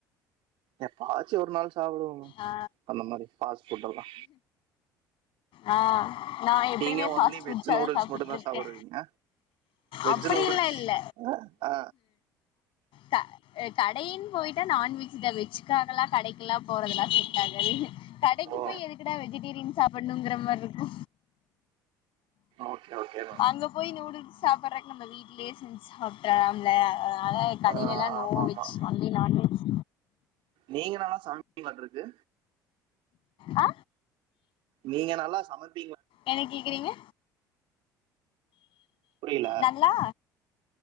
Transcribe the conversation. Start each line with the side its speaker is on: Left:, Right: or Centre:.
Right: எப்பாச்சு ஒரு நாள் சாப்டுவோங்க
Left: ஆ
Right: அந்த மாரி ஃபாஸ்ஃபுட்டேல்லா
Left: ஆ நா எப்பையுமே
Right: நீங்க
Left: ஃபாஸ்ஃபுட்
Right: ஒன்லி வெஜ்
Left: தா
Right: நூடுல்ஸ்
Left: சாப்ட்டுட்டு
Right: மட்டும் தான்
Left: இருக்கே
Right: சாப்பிடுவீங்க வெஜ்
Left: அப்டியெல்லா
Right: நூடுல்ஸ்
Left: இல்ல
Right: ஆ
Left: க கடயின் போயி ட்டா நான்வெஜ் தா வெஜ்க்காகல்லா கடைக் க்ல்லா போறதெல்லா செட்டாகாது கடைக்கு
Right: ஓ
Left: போய் எதுக்குடா வெஜிடேரியன் சாப்புட்ணுங்கிற மார்ருக்கு
Right: ஓகே ஓகே டா
Left: அங்க போய் நூடுல்ஸ் சாப்புறக்கு நம்ம வீட்லயே செஞ்சு சாப்டறாம்ல அதா கடைலல்லா
Right: ஆ
Left: நோ
Right: ஆமா
Left: வெஜ்
Right: ஆமா
Left: ஒன்லி நான்வெஜ்
Right: நீங்க நல்லா சமைப்பிங்க்லாட்ருக்கு
Left: ஆ
Right: நீங்க நல்லா சமப்
Left: என்ன கேக்குறீங்க
Right: புரில
Left: நல்லா